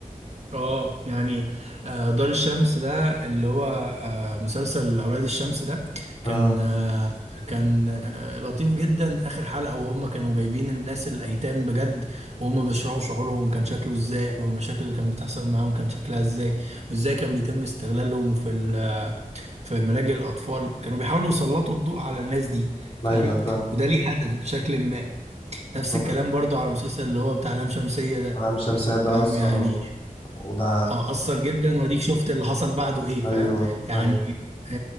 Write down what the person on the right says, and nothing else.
اه يعني آه، دار الشمس ده اللي هو آه، مسلسل اولاد الشمس ده كان
آه، كان آه، لطيف جدا اخر حلقة وهم كانوا جايبين الناس الايتام بجد وهم بيشرحوا شعورهم كان شكله ازاي والمشاكل اللي كانت بتحصل معاهم كان شكلها ازاي وازاي كان بيتم استغلالهم في ال- في ملاجئ الاطفال كانوا بيحاولوا يسلطوا الضوء على الناس دي فاهم
وده ليه هدف بشكل ما نفس
الكلام برضو على مسلسل اللي هو بتاع لام شمسية ده
فاهم
يعني
اه اثر جدا واديك شفت اللي حصل بعده ايه فاهم
يعني
آه،